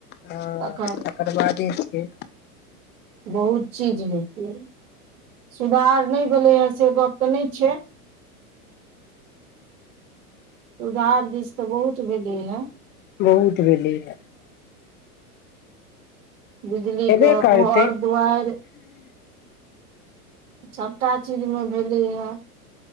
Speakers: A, on the left; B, on the right.
A: हँ
B: तखन
A: अकर बादे हेतै।
B: बहुत चीज हेत्ते, सुधार नहि भेलै ह से गप तऽ नहि छै? सुधार दिस तऽ बहुत भेले य।
A: बहुत भेलै ह।
B: बिजलीके
A: हेबे
B: घर
A: करतै
B: दुआरि सबटा चीजमे भेलै ह।